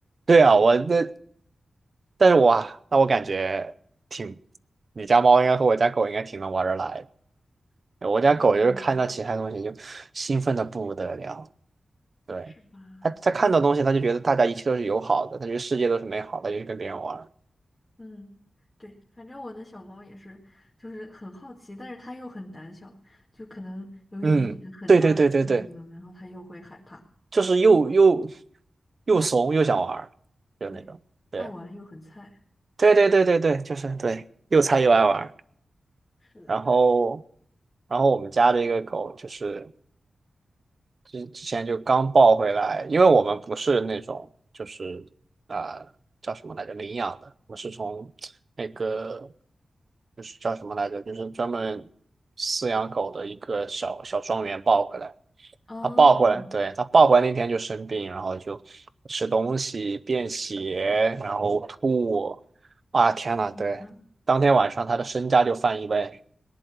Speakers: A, on the right (about 50°); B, on the left (about 25°).
A: 对啊，我这但是我啊那我感觉挺，你家猫应该和我家狗应该挺能玩得来的我家狗就是看到其他东西就兴奋的不得了。
B: 嗯，
A: 对，
B: 是吧？
A: 他他看到东西，他就觉得大家一切都是友好的，他觉得世界都是美好的，就去跟别人玩儿
B: 嗯，对，反正我的小猫也是，就是很好奇，但是它又很胆小，就可能有一点点很大的动静了，
A: 嗯，对对对对对，
B: 然后它又会害怕。
A: 就是又又又怂又想玩儿就那种。
B: 对，
A: 对
B: 爱玩又很菜。
A: 对对对对对，就是对，又菜又爱玩儿
B: 是的。
A: 然后然后我们家的一个狗就是之之前就刚抱回来，因为我们不是那种就是啊、呃叫什么来着领养的，我们是从那个就是叫什么来着，就是专门饲养狗的一个小小庄园抱回来。
B: 哦，
A: 它抱回来，对，它抱回来那天就生病，然后就吃东西便血，然后吐，啊天呐，对，
B: 啊
A: 当天晚上它的身价就翻一倍，